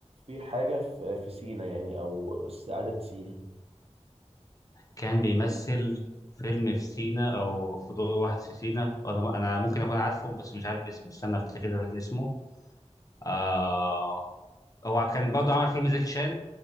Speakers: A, on the right; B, on the left.
A: في حاجة في في سينا يعني أو استعادة سينا
B: كان بيمثل فيلم في سينا او في دور واحد في سينا انا انا ممكن اكون عارفه بس مش عارف اسمه استنى افتكر لك اسمه آه هو كان برضه عمل فيلم زكي شان